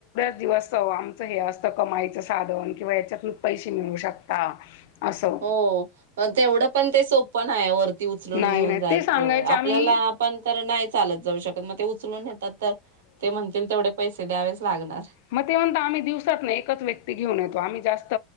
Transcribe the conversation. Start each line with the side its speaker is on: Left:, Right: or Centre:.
Left: हे आमच असत कमाईच साधन किंवा याच्यातून पैसे मिळवू शकता असं
Right: हो तेवढ पण ते सोप कोण हाय वर ती उचलून
Left: नाही
Right: घेऊन
Left: नाही
Right: जायच
Left: ते सांगायचे आम्ही
Right: आपल्याला आपण तर नाही चालत जाऊ शकत त्यामुळे नेतात ते म्हणतील तेवढे पैसे ते द्यावेच लागणार
Left: म ते म्हणतात आम्ही दिवसातन एकच व्यक्ती घेऊन येतो आम्ही जास्त